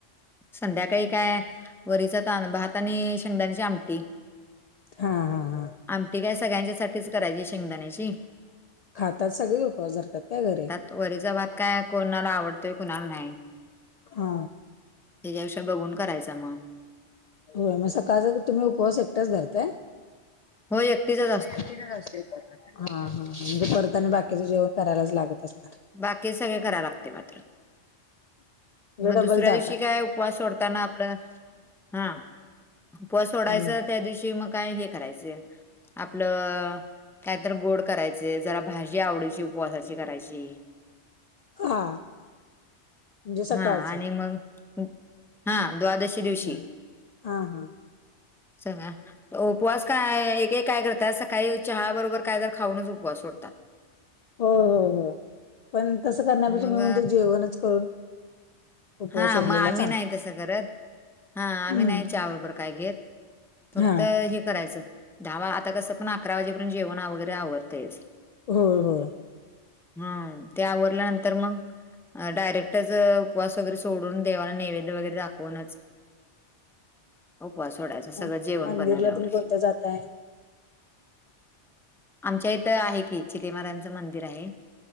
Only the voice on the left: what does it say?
हा, हा, हा
खातात सगळे उपवास धरतात काय घरी
हा
होय मग सकाळचा तुम्ही उपवास एकटाच धरताय
हा एकटीचाच आसतोय उपवास माझा. हा, हा म्हणजे परत आणि बाकीचं जेवण करायलाच लागत असणार
म्हणजे
डबल ताप
आहे
हा म्हणजे सकाळचं
हा हा हा
हो हो हो पण तसं करण्यापेक्षा
मी म्हणतो जेवणच करून उपवास
सोडलेला
चांगला
हम्म
हा
हो होय
ह
मंदिरला
तुम्ही कोणत्या जातय?